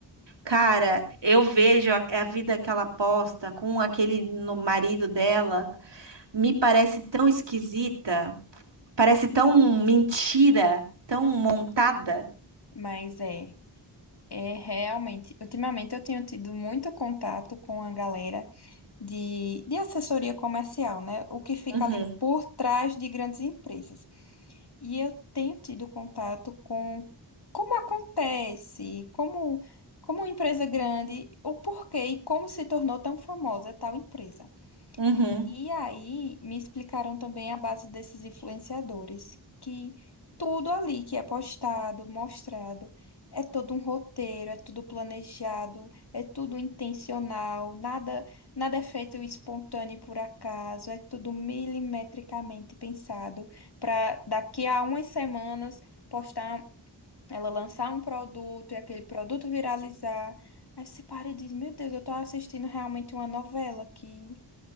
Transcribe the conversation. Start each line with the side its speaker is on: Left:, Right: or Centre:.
Right: Cara, eu vejo a, é a vida que ela posta com aquele no marido dela. Me parece tão esquisita. Parece tão mentira, tão montada.
Left: mas é, é realmente. Ultimamente eu tenho tido muito contato com a galera de, de assessoria comercial, né? O que fica
Right: Uhum,
Left: ali por trás de grandes empresas. E eu tenho tido contato com como acontece, como, como uma empresa grande, o porquê e como se tornou tão famosa tal empresa.
Right: uhum.
Left: E aí me explicaram também a base desses influenciadores, que tudo ali que é postado, mostrado, é todo um roteiro, é tudo planejado, é tudo intencional, nada, nada é feito espontâneo por acaso, é tudo milimetricamente pensado para daqui a umas semanas postar, um, ela lançar um produto e aquele produto viralizar. Aí você para e diz, meu Deus, eu tô assistindo realmente uma novela que